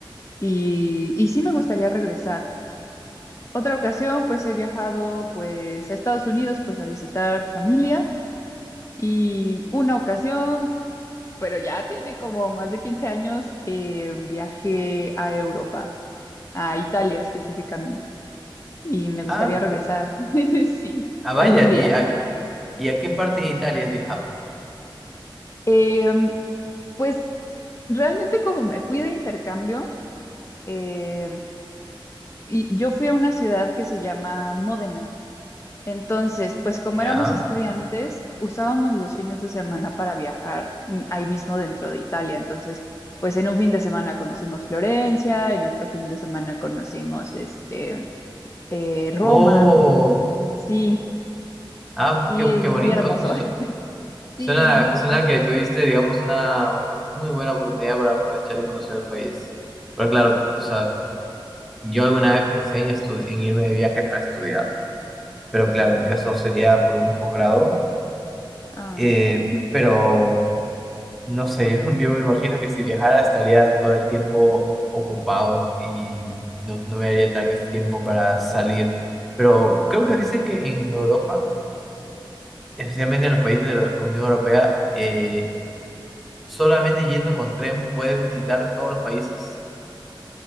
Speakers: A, on the left; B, in the centre.
A: y, y sí me gustaría regresar. Otra ocasión pues he viajado pues a Estados Unidos pues a visitar familia. Y una ocasión pero ya tiene como más de 15 años, eh, viajé a Europa, a Italia específicamente, y me gustaría
B: ah,
A: regresar, <laughs> sí,
B: ah,
A: algún
B: vaya,
A: día.
B: ¿y a, y a qué parte de Italia has viajado?
A: Eh, pues realmente como me fui de intercambio, eh, y yo fui a una ciudad que se llama Módena, Entonces, pues como
B: Ya.
A: éramos estudiantes, usábamos los fines de semana para viajar mm, ahí mismo dentro de Italia. Entonces, pues en un fin de semana conocimos Florencia, en otro fin de semana conocimos este eh, Roma.
B: Oh,
A: Sí,
B: ah,
A: sí,
B: qué,
A: es
B: qué bonito.
A: muy hermoso.
B: So,
A: <laughs>
B: Suena,
A: Sí, sí,
B: suena
A: sí,
B: que tuviste, digamos, una muy buena oportunidad para aprovechar y conocer el país. Pero claro, o sea, yo alguna vez pensé en, estu- en irme de viaje para estudiar, pero claro, en mi
A: sí.
B: caso sería por un posgrado.
A: Ah,
B: Eh,
A: ujú.
B: pero no sé, <laughs> yo, yo me imagino que si viajara estaría todo el tiempo ocupado y no, no me daría tal vez tiempo para salir. Pero creo que dicen que en Europa, especialmente en los países de la Unión Europea, eh, Solamente yendo con tren puedes visitar todos los países.